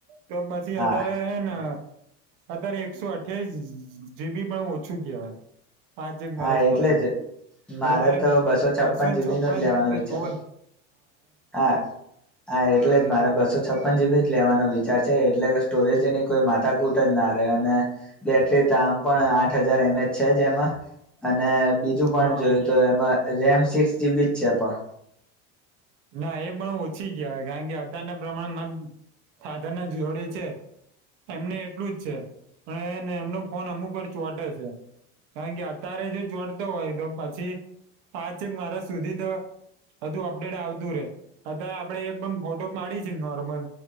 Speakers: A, on the right; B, in the centre.
A: તો પછી
B: હા
A: અધારે હે ને. અત્યારે એકસો અઠ્યાસ જીબી પણ ઓછું કહેવાય. પાંચેક વરષ
B: હા એટલે
A: માટે,
B: જ
A: એટલે
B: મારે
A: તારે
B: તો બસો
A: બસોને
B: જીબી
A: છપ્પન
B: નો જ લેવાનો વિચાર
A: જોવ જ.
B: હા હા એટલે જ મારા બ બસો છપન જીબી જ લેવાનો વિચાર છે એટલે કે સ્ટોરેજની કોઈ માથા કૂટ જ ના રહે, અને બેટરી તો આમ પણ આઠ હજાર એમ એચ છે જે એમાં. અને બીજું પોઈન્ટ
A: હા
B: જોયું તો એમાં રેમ સિક્સ જીબી જ છે પણ.
A: ના એ પણ ઓછી કહેવાય કારણ કે અત્યારના પ્રમાણે મા ફાધર ના જોડે છે, એમને એટલું જ છે, પણ એમનો ફોન અમુક વાર ચોટે છે કારણ કે અત્યારે જો ચોટતો હોય તો પછી પાંચેક માર્ષ સુધી તો હધુ અપડેટ આવતું. અત્યારે આપડે એક પણમ ફોટો પાડી છે, નોર્મલ